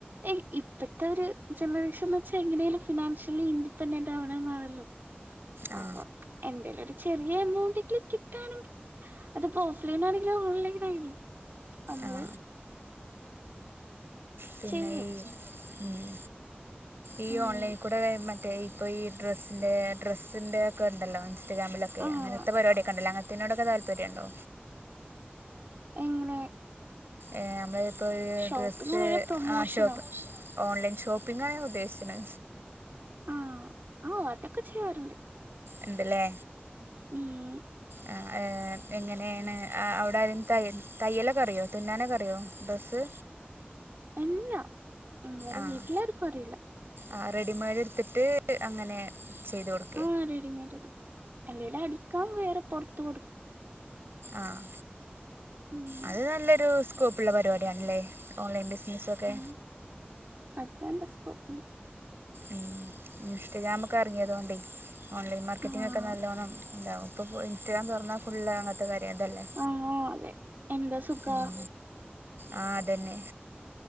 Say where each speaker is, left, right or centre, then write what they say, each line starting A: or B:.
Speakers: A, on the right; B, on the right.
A: ഏഹ് ഇപ്പത്തൊര് ജനറേഷൻ എന്ന് വെച്ചാ എങ്ങനേലും ഫിനാൻഷ്യലി ഇൻഡിപെൻഡന്റ് ആവണന്നാണല്ലോ
B: ആ
A: അപ്പൊ, എന്തേലൊരു ചെറിയ എമൗണ്ടെങ്കിലും കിട്ടാണെങ്കി അത്പ്പൊ ഓഫ് ലൈനാണെങ്കിലും ഓൺലൈനേനു. അമ്മള്
B: ആ പിന്നെ
A: ചെയ്യും
B: ഈ ഉം. ഈ
A: ഉം
B: ഓൺലൈൻക്കുടെ മറ്റേ ഇപ്പൊ ഈ ഡ്രസ്സിൻ്റേ, ഡ്രസ്സിൻ്റേക്കെ ഇണ്ടല്ലോ ഇസ്റ്റഗ്രാമിലൊക്കെ.
A: ആഹ്
B: അങ്ങനത്തെ പരിപാടിയൊക്കെ ഇണ്ടല്ലോ, അങ്ങൻ ത്തി നോട്ക്കെ താല്പര്യണ്ടോ?
A: എങ്ങനെ?
B: ഏഹ് നമ്മള് ഇപ്പൊര്
A: ഷോപ്പിംഗ്
B: ഡ്രസ്സ്...
A: പ്രൊമോഷനോ
B: ആഹ് ഷോപ്പ് ഓൺലൈൻ ഷോപ്പിങ്ങാ ഞാൻ ഉദ്ദേശിക്ക്ണ്.
A: ആഹ് ആ അതൊക്കെ ചെയ്യാറ്ണ്ട്.
B: ഇണ്ട്ലേ
A: ഊം.
B: അ ഏഹ് ഇന്ന്ട്ടെങ്ങനേണ്, ആ അവ്ടെ ആരേം തയൽ, തയ്യലൊക്കറിയോ, തുന്നാനൊക്കറിയോ ഡ്രസ്സ്?
A: എല്ലാ, ഉം ഇവടെ
B: ആഹ്
A: വീട്ടിലാർക്കും അറീല.
B: ആഹ് റെഡിമെയ്ഡ്ട്ത്ത്ട്ട് അങ്ങനെ ചെയ്ത് കൊടു
A: ആഹ് റെഡിമെയ്ഡ്. അല്ലേലും അടിക്കാൻ വേറെ പൊർത്ത് കൊടുക്കു
B: ആഹ്
A: ഉം
B: അത് നല്ലൊരു സ്കോപ്പ്ള്ള പരിപാടിയാണ്ലേ? ഓൺലൈൻ ബിസിനസ്സൊക്കെ
A: <unintelligible> സ്കോപ്പ്
B: ഉം ഇൻസ്റ്റഗ്രാമൊക്കെ അർങ്ങ്യേതോണ്ടെയ് ഓൺലൈൻ മാർക്കറ്റിങ്ങൊക്കെ
A: ആഹ്
B: നല്ലോണം ഇണ്ടാവും. ഇപ്പൊ ഫുൾ ഇൻസ്റ്റഗ്രാം തൊർന്നാൽ ഫുള്ള് അങ്ങത്തെ കാര്യം ഇതല്ലേ.
A: ആഹ് അതെ. എന്താ സുഖാ
B: ഉം. ആഹ് അതെന്നെ.